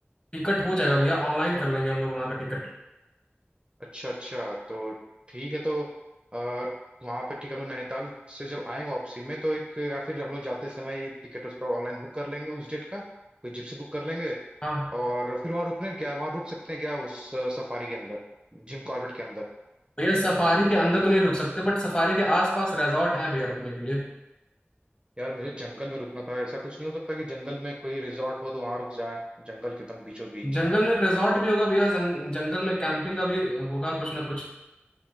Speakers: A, on the left (about 25°); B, on the right (about 25°).
A: टिकट हो जाएगा भैया ऑनलाइन कर लेंगे हम लोग वहाँ का टिकट
B: अच्छा अच्छा तो ठीक है तो आ, वहाँ पे ठीक है हम लोग नैनीताल से जब आएंगे वापसी में तो एक या फिर हम लोग जाते समय ही टिकट उसका ऑनलाइन बुक कर लेंगे उस डेट का कोई जिप्सी बुक कर लेंगे
A: हाँ
B: और फिर वहाँ रुकने क्या है, वहाँ रुक सकते हैं क्या उस सफारी के अंदर जिम कॉर्बेट के अंदर
A: भैया सफारी के अंदर तो नहीं रुक सकते बट सफारी के आसपास रिजॉर्ट हैं भैया रुकने के लिए
B: यार मुझे जंगल में रुकना था ऐसा कुछ नहीं हो सकता कि जंगल में कोई रिजॉर्ट हो तो वहाँ रुक जाए जंगल के एकदम बीचों बीच
A: जंगल में रिजॉर्ट भी होगा भैया जंग, जंगल में कैंपिंग का भी होगा कुछ ना कुछ